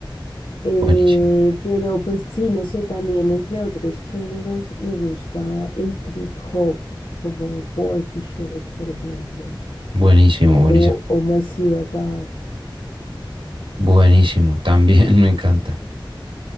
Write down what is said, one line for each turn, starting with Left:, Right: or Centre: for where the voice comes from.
Left: Eh,
Right: Buenísimo,
Left: pero pues sí, no sé, también entre otros géneros me gusta el trip hop, como Portishead, por ejemplo,
Right: buenísimo, buenísimo,
Left: o, o Massive Attack.
Right: buenísimo, también <laughs> me encanta.